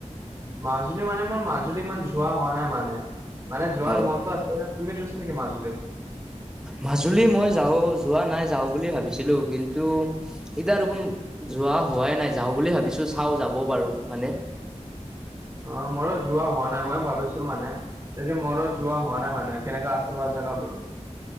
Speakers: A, on the right; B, in the centre.
A: মাজুলী মানে মোৰ মাজুলী ইমান যোৱা হোৱা নাই মানে, মানে যোৱাৰ
B: হয়
A: মনতটো আছে <unintelligible> তুমি গৈছা নেকি মাজুলত?
B: মাজুলী মই যাওঁ যোৱা নাই, যাওঁ বুলি ভাবিছিলোঁ কিন্তু এতিয়া দেখোন যোৱা হোৱাই নাই, যাওঁ বুলি ভাবিছোঁ চাও যাবও পাৰো মানে।
A: অ', মইো যোৱা হোৱা নাই, মই ভাবিছোঁ মানে। তাকে মোৰ যোৱা হোৱা নাই মানে কেনেকে আছে বা যেগা বোৰ?